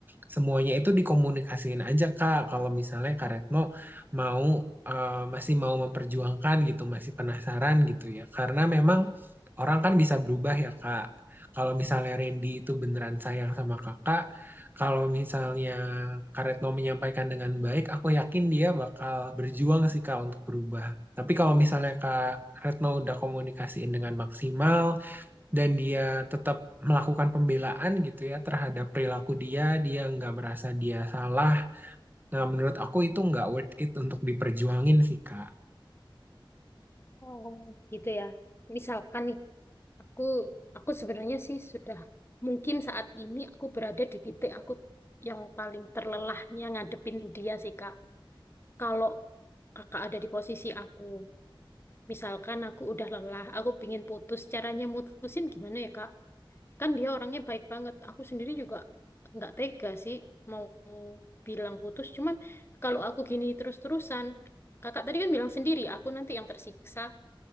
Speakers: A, on the right; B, on the left.
A: semuanya itu dikomunikasiin aja Kak. Kalau misalnya Kak Retno mau eh, masih mau memperjuangkan gitu, masih penasaran gitu ya. Karena memang orang kan bisa berubah ya Kak. Kalau misalnya Randy itu beneran sayang sama kakak, kalau misalnya Karetno menyampaikan dengan baik, aku yakin dia bakal berjuang sih Kak untuk berubah. Tapi kalau misalnya Kak Retno udah komunikasiin dengan maksimal dan dia tetap melakukan pembelaan gitu ya terhadap perilaku dia, dia nggak merasa dia salah. Nah, menurut aku itu nggak worth it untuk diperjuangin sih Kak.
B: Oh, gitu ya. Misalkan nih, Aku aku sebenarnya sih sudah mungkin saat ini aku berada di titik aku yang paling terlelahnya ngadepin dia sih Kak. Kalau Kakak ada di posisi aku, misalkan aku udah lelah, aku pingin putus, caranya mutusin gimana ya Kak? Kan dia orangnya baik banget. Aku sendiri juga nggak tega sih mau bilang putus. Cuman kalau aku gini terus-terusan, Kakak tadi kan bilang sendiri, aku nanti yang tersiksa.